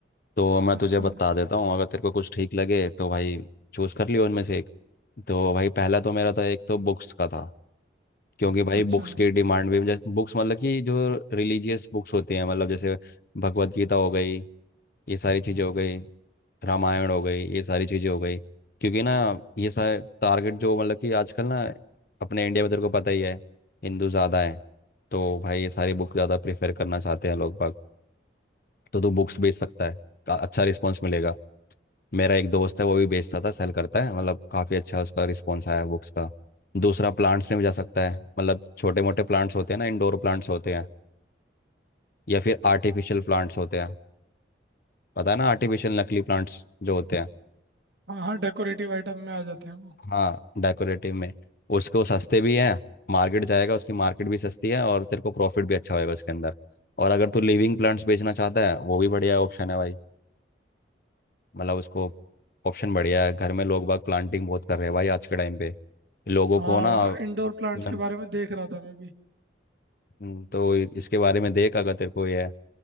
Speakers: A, on the left (about 50°); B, on the right (about 75°).
A: तो मैं तुझे
B: अच्छा
A: बता देता हूँ अगर तेरे को कुछ ठीक लगे तो भाई चूज़ कर लियो उनमें से एक तो भाई पहला तो मेरा था एक तो बुक्स का था क्योंकि भाई
B: अच्छा
A: बुक्स की डिमांड भी बुक्स मतलब कि जो रिलीजियस बुक्स होती हैं मतलब जैसे भगवत गीता हो गई ये सारी चीज़ें हो गई रामायण हो गई ये सारी चीज़ें हो गई क्योंकि ना ये सारे टारगेट जो मतलब कि आजकल ना अपने इंडिया में तेरे को पता ही है हिंदू ज़्यादा है तो भाई ये सारी बुक ज़्यादा प्रेफर करना चाहते हैं लोग बाग तो तू बुक्स बेच सकता है का- अच्छा रिस्पॉन्स मिलेगा मेरा एक दोस्त है वो भी बेचता था सेल करता है मतलब काफ़ी अच्छा उसका रिस्पॉन्स आया बुक्स का दूसरा प्लांट्स में भी जा सकता है मतलब छोटे मोटे प्लांट्स होते हैं ना इंडोर प्लांट्स होते हैं या फिर आर्टिफिशियल प्लांट्स होते हैं पता है ना आर्टिफिशियल नकली प्लांट्स जो होते हैं
B: हाँ हाँ डेकोरेटिव आइटम में आ जाते हैं वो
A: हाँ डेकोरेटिव में उसको सस्ते भी है मार्केट जाएगा उसकी मार्केट भी सस्ती है और तेरे को प्रॉफिट भी अच्छा होएगा उसके अंदर और अगर तू लिविंग प्लांट्स बेचना चाहता है वो भी बढ़िया ऑप्शन है भाई मतलब उसको ऑप्शन बढ़िया है घर में लोग बाग प्लांटिंग बहुत कर रहे हैं भाई आज के टाइम पे लोगों
B: हाँ
A: को ना मतलब,
B: इंडोर प्लांट्स के बारे में देख रहा था मैं भी
A: हम्म, तो इसके बारे में देख अगर तेरे को ये है